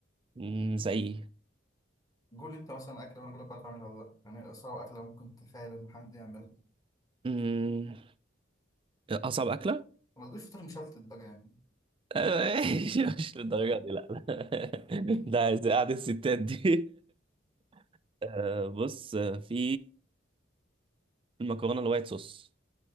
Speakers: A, on the right; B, on the left.
A: مم، زي إيه؟
B: قول لي أنت مثلا أكلة وأنا أقول لك بعرف أعملها ولا لأ يعني أصعب أكلة ممكن تتخيل إن حد يعملها
A: مم، اصعب اكلة
B: ما تقوليش فطير مشلتت بقى يعني
A: آه، <laughs> مش للدرجة دي لا لا.
B: <laughs>
A: <laughs> ده عايز قعدة الستات دي <laughs> آه، بص آه، في المكرونة الوايت صوص